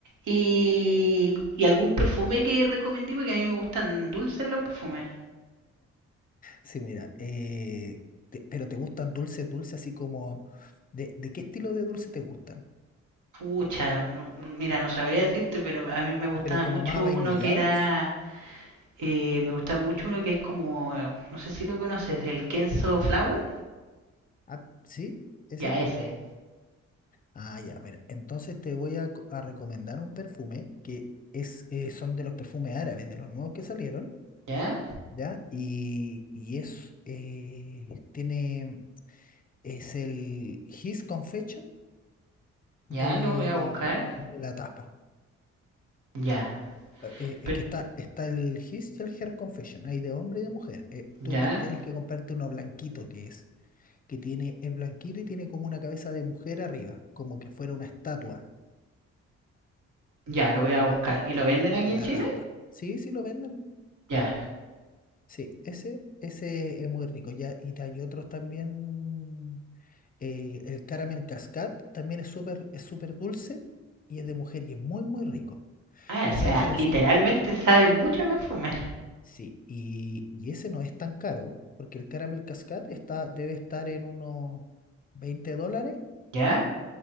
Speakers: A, on the right; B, on the left.
A: Y, y algún perfume que recomendí, porque a mí me gustan dulces los perfumes.
B: Sí, mira, eh, te- pero ¿te gustan dulces, dulces así como... ¿De, de qué estilo de dulce te gustan?
A: Pucha, no- mira, no sabría decirte, pero a mí me gustaba
B: ¿Pero como
A: mucho
B: más vainillados?
A: uno que era. eh, me gustaba mucho uno que es como. eh, No sé si lo conoces, el Kenzo Flower.
B: Ah, ¿sí? ¿Ese?
A: Ya, ese.
B: Ah, ya, mira. Entonces te voy a, co- a recomendar un perfume que es, eh, son de los perfumes árabes, de los nuevos que salieron,
A: Ya,
B: ¿ya? Y, y es, eh, tiene, es el His Confession de,
A: ya lo voy a buscar.
B: de la tapa.
A: Ya,
B: eh, es
A: pero.
B: que está, está el His y el Her Confession, hay de hombre y de mujer. Eh, tú
A: Ya,
B: co- tienes que comprarte uno blanquito que es, que tiene, es blanquito y tiene como una cabeza de mujer arriba, como que fuera una estatua
A: Ya, lo voy a buscar. ¿Y lo venden
B: ¿Ya?
A: aquí
B: en
A: en
B: la
A: Chile?
B: tapa. Sí, sí lo venden.
A: Ya.
B: Sí, ese, ese es muy rico. Ya, y hay otros también. eh, el Caramel Cascade también es súper, es súper dulce y es de mujer y es muy, muy rico.
A: Ah,
B: ¿Y
A: o
B: sabes
A: sea,
B: que no
A: literalmente
B: son?
A: sabe mucho a perfume.
B: Sí, y, y ese no es tan caro, porque el Caramel Cascade está, debe estar en unos 20 dólares,
A: Ya,